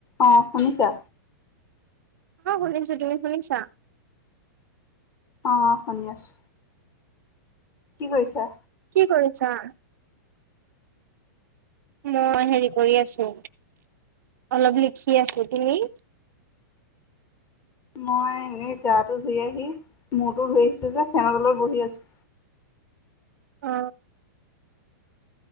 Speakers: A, on the left; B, on the right.
A: অ শুনিছে?
B: অঁ শুনিছো, তুমি শুনিছা?
A: অঁ শুনি আছোঁ। কি কৰিছা?
B: কি কৰিছা? মই হেৰি কৰি আছো, অলপ লিখি আছো। তুমি?
A: মই এনেই গাটো ধুই আহি, মূৰতো ধুই আহিছো যে, ফেনৰ তলত বহি আছো।
B: অ